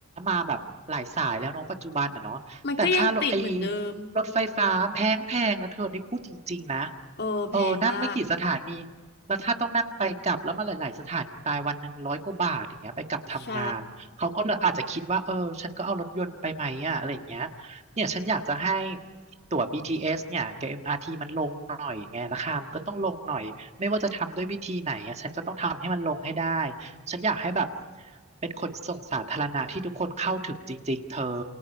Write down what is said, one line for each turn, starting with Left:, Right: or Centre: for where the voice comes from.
Right: มาแบบหลายสายแล้วเนาะปัจจุบันอ่ะเนาะแต่ค่ารถไอ้
Left: มันก็ยังติดเหมือนเดิม
Right: รถไฟฟ้าแพงแพงนะเธอนี่พูดจริงๆนะ
Left: เออแพงมาก
Right: เออนั่งไม่กี่สถานีแล้วถ้าต้องนั่งไปกลับแล้วมาหลายๆสถานีตายวันหนึ่งร้อยกว่าบาทอย่างเงี้ยไปกลับทำงานเขาก็เลยอาจจะคิดว่าเออฉันก็เอารถยนต์ไปไหมอ่ะอะไรอย่างเงี้ย
Left: ใช่
Right: เนี่ยฉันอยากจะให้ตั๋ว BTS เอสเนี่ยกับ MRT มอาร์ทีมันลงหน่อยไงราคามันก็ต้องลงหน่อยไม่ว่าจะทำด้วยวิธีไหนอะฉันก็ต้องทำให้มันลงให้ได้ฉันอยากให้แบบเป็นขนส่งสาธารณะที่ทุกคนเข้าถึงจริงๆเธอ